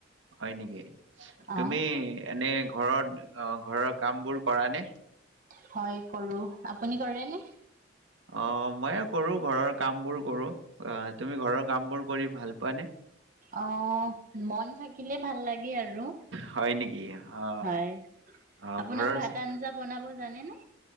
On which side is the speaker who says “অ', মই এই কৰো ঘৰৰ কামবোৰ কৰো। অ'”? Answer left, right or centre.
Right